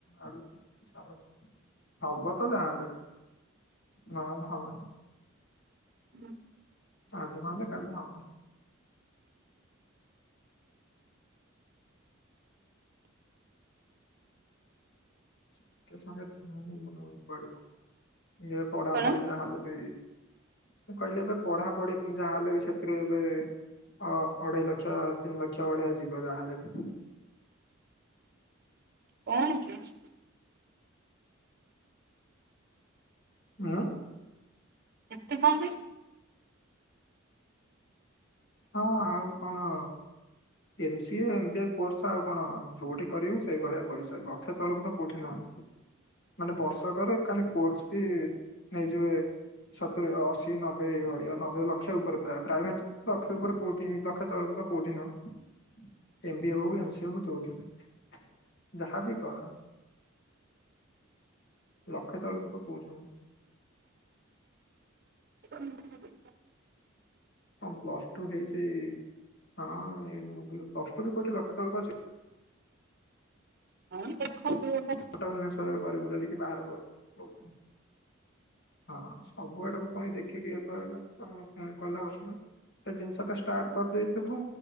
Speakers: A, on the left (about 55°); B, on the right (about 50°).
A: ଆଡୁ <inaudible> ହବ ତ ଯା ହେଲେ, ନହେଲେ ହବନି।
B: ହୁଁ।
A: ଆଜି ନହେଲେ କାଲି ହବନି। ସାଙ୍ଗେ ସାଙ୍ଗେ ତ ନ <inaudible> ପଡିବ ଏ ପଢା
B: କଣ
A: ପଢି ଯାହା ହେଲେ ବି ମୁଁ କହିଲି ଏବେ ପଢାପଢି ଯାହା ହେଲେ ବି ସେଥିରେ ଏବେ ଅ, ଅଢେଇ ଲକ୍ଷ ତିନି ଲକ୍ଷ ଭଳିଆ ଯିବ ଯାହା ହେଲେ ବି।
B: ପଢୁଛି।
A: ଆଁ,
B: ଏତେ କଣ ପାଇଁ?
A: ହଁ ଆଉ କଣ M C A, M B A course ଆଉ କଣ ଯୋଉଠି କରିବୁ ସେଇ ଭଳିଆ ପଇସା। ଲକ୍ଷ ତଳକୁ ତ କୋଉଠିି ନୁହଁ, ମାନେ ବର୍ଷକରେ କାଲି କୋର୍ସ ଫି ନେଇଯିବେ ସତୁରି ଅଶୀ ନବେ ଏଇଭଳିଆ ନବେ ଲକ୍ଷ ଉପରେ ପ୍ରାୟ ପ୍ରାଇଭେଟ୍ ଲକ୍ଷେ ଉପରେ କୋଉଠିି, ଲକ୍ଷେ ତଳକୁ ତ କୋଉଠିି ନୁହଁ। ଏମ ବି ଏ ହଉ ଏମ ସି ଏ ହଉ ଯୋଉଠି ବି ଯାହାବି ପଢ଼। ଲକ୍ଷେ ତଳକୁ ତ କୋଉଠି ନୁହଁ।
B: <inaudible>
A: ହଁ ପ୍ଲସ ଟୁ ହେଇଛି ହଁ ପ୍ଲସ ଟୁ ବି କୋଉଠି ଲକ୍ଷ ତ ତଳକୁ ଅଛି?
B: ହଁ ଦେଖନ୍ତୁ ଏଟା।
A: କଟକ ଭୁବନେଶ୍ୱରରେ କରିବୁ ଧରିକି ବାହାର କରେ। ହଁ ସବୁ ଆଡକୁ ପୁଣି ଦେଖିକି ଇ କହିଲ କଲା ଆପଣ ହେ ଜିନିଷ ଟା ଷ୍ଟାର୍ଟ କରିଦେଇଥିବୁ